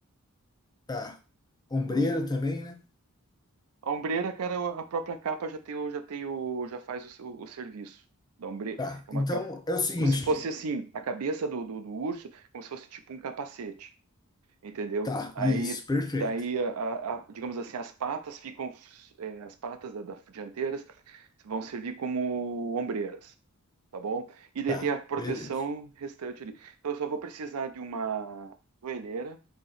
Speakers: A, on the left; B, on the right.
A: tá. Ombreira
B: Tá, uma jo-
A: também, né?
B: A ombreira, cara, a própria capa já tem o, já tem o, já faz o, seu- o serviço da ombre,
A: Tá.
B: é uma
A: Então
B: capa,
A: é o seguinte,
B: como se fosse assim, a cabeça do, do, do urso, como se fosse tipo um capacete, entendeu?
A: tá,
B: Aí,
A: isso, perfeito.
B: daí, a, a- a- digamos assim, as patas ficam, é, as patas da, da dianteiras vão servir como ombreiras. tá bom? E daí
A: Tá,
B: tem a proteção
A: beleza.
B: restante ali. Então eu só vou precisar de uma joelheira,